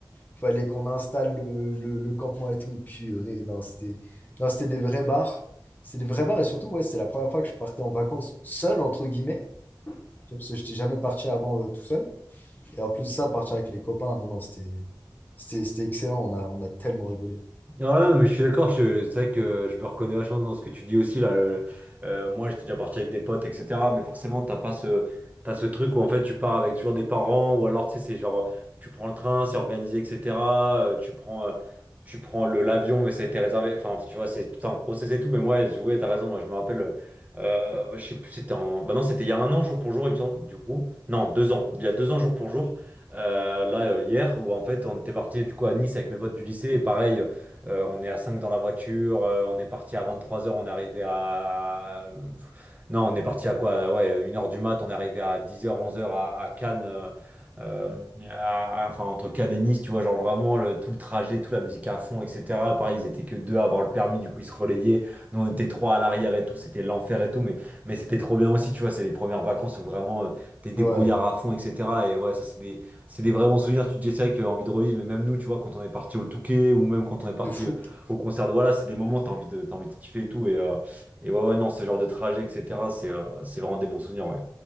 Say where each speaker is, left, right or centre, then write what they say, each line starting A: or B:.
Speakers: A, on the left; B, on the right.
A: il fallait qu'on installe le, le- le campement et tout. Purée, non, c'était non, c'était des vrais bars. C'était des vrais bars et surtout, ouais, c'était la première fois que je partais en vacances seul, entre guillemets, parce que je n'étais jamais parti avant euh, tout seul. Et en plus de ça, partir avec les copains, non, non, c'était c'était c'était excellent, on a, on a tellement rigolé.
B: Ouais, mais je suis d'accord, je- c'est vrai que je me reconnais vachement dans ce que tu dis aussi là. euh, euh, moi, j'étais déjà parti avec des potes, etc. Mais forcément, t'as pas ce, t'as ce truc où en fait tu pars avec toujours des parents, ou alors tu sais, c'est genre tu prends le train, c'est organisé, etc. euh, tu prends, euh, tu prends le l'avion, mais ça a été réservé. Enfin, tu vois, c'est tout un process et tout. Mais moi, je- ouais, t'as raison. Moi, je me rappelle, euh, euh, je sais plus, c'était en, bah non, c'était il y a un an jour pour jour, il me semble. Du coup, non, deux ans. Il y a deux ans jour pour jour. euh, là, euh, hier, où en fait, on était parti du coup à Nice avec mes potes du lycée, et pareil. Euh, on est à 5 dans la voiture. euh, on est parti à 23 heures. On est arrivé à. Non, on est parti à quoi? Ouais, une heure du mat. On est arrivé à 10 heures, 11 heures à, à Cannes. euh, euh, à- à- enfin, entre Cannes et Nice, tu vois, genre vraiment le- tout le trajet, toute la musique à fond, etc. Pareil, ils étaient que deux à avoir le permis, du coup, ils se relayaient. Nous, on était trois à l'arrière et tout. C'était l'enfer et tout. Mais, mais c'était trop bien aussi, tu vois. C'est les premières vacances où vraiment euh, t'es débrouillard
A: Ouais,
B: à fond, etc. Et ouais, ça, c'est des c'est des vrais bons souvenirs. Tu te dis, c'est vrai que envie de revivre, mais même nous, tu vois, quand on est parti au Touquet ou même quand on est parti
A: de fou.
B: euh, au concert de voilà, c'est des moments, t'as envie de, t'as envie de kiffer et tout. Et, euh, et ouais, ouais, non, ce genre de trajet, etc., c'est euh, c'est vraiment des bons souvenirs, ouais.